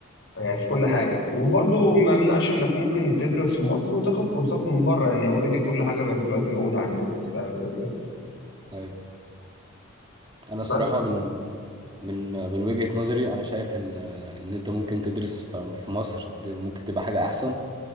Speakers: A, on the left; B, on the right.
A: يعني في كل حاجه وبرضه ما يمنعش انك ممكن تدرس في مصر وتاخد كورسات من بره يعني اوريدي كل حاجه بقت دلوقتي موجوده على النت فاهم الفكره
B: طيب انا
A: بس
B: الصراحه من من من وجهه نظري انا شايف ان ان انت ممكن تدرس ف- في مصر دي ممكن تبقى حاجه احسن